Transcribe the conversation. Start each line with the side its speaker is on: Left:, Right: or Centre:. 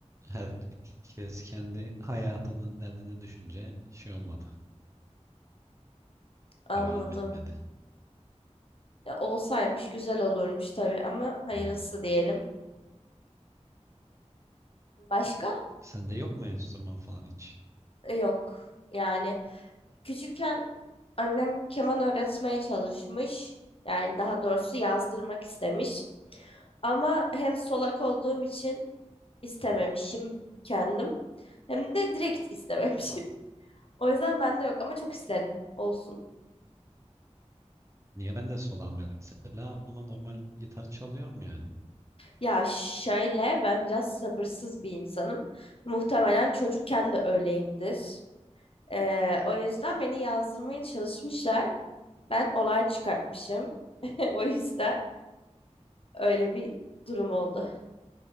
Right: herkes kendi hayatının derdine düşünce şey olmadı.
Left: anladım.
Right: Devam etmedi.
Left: Ya, olsaymış güzel olurmuş tabii ama hayırlısı
Right: Ee,
Left: diyelim. Başka?
Right: sende yok mu enstrüman falan hiç?
Left: E, Yok. Yani küçükken annem keman öğretmeye çalışmış. Yani daha doğrusu yazdırmak istemiş. Ama hem solak olduğum için istememişim kendim. Hem de direkt istememişim. <laughs> O yüzden bende yok ama çok isterim. Olsun.
Right: Niye ben de solağım mesela ama normal gitar çalıyorum yani.
Left: Ya şöyle ben biraz sabırsız bir insanım. Muhtemelen çocukken de öyleyimdir. Ee, o yüzden beni yazdırmaya çalışmışlar. Ben olay çıkartmışım. <laughs> O yüzden öyle bir durum oldu.